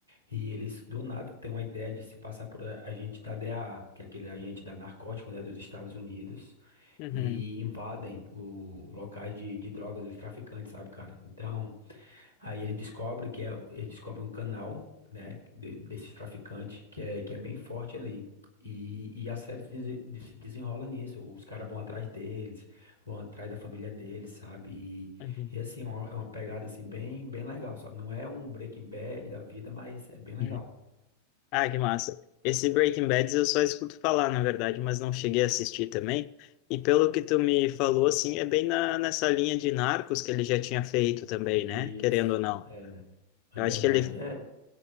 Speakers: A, on the right; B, on the left.
A: e eles do nada têm uma ideia de se passar por a- agente da DEA, que é aquele agente da narcótico, né, dos Estados Unidos,
B: uhum,
A: e invadem o locais de, de drogas dos traficantes, sabe, cara? Então, Aí ele descobre que é, ele descobre um canal, né, de- desses traficantes que é, que é bem forte ali. E, e a série se desen- se desenrola nisso. Os caras vão atrás deles, vão atrás da família deles, sabe? E,
B: uhum,
A: e assim, é uma é uma pegada assim bem, bem legal, sabe? Não é um Breaking Bad da vida, mas é bem legal.
B: uhum. Ah, que massa. Esse Breaking Bad eu só escuto falar, na verdade, mas não cheguei a assistir também. E pelo que tu me falou, assim, é bem na, nessa linha de Narcos que ele já tinha feito também,
A: Isso,
B: né? Querendo ou não.
A: é,
B: Eu
A: é verdade,
B: acho que ele,
A: é